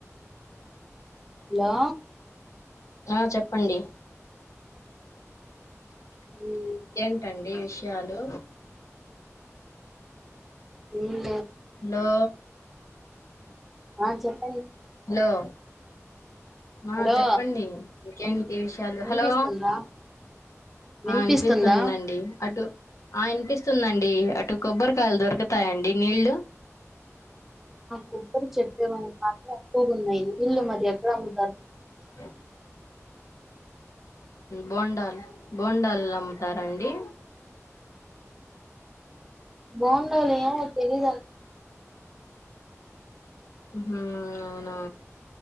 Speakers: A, in the centre; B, on the left.
A: హలో
B: ఆ చెప్పండి <inaudible>
A: ఉమ్,
B: ఇంకే అండి విషయాలు
A: మ్మ్
B: హలో
A: ఆ చెప్ప
B: హలో
A: హలో
B: ఆ చెప్పండి ఇంకేం విషయాలు
A: వినిపిస్తుందా
B: హలో
A: వినిపిస్తుందా
B: ఆ వినిపిస్తుందండి అటు ఆ వినిపిస్తుందండి అటు కొబ్బరికాయలు దొరుకుతాయండి నీళ్ళలు
A: కొబరి చెట్టలే <unintelligible> ఉన్నాయి ఇల్లు మరి ఎక్కడ అమ్ముత
B: హ బోండాల్ బోండాల్ అమ్ముతారండి
A: బొండాలు ఏమో తెలీదు
B: మ్మ్ అవునా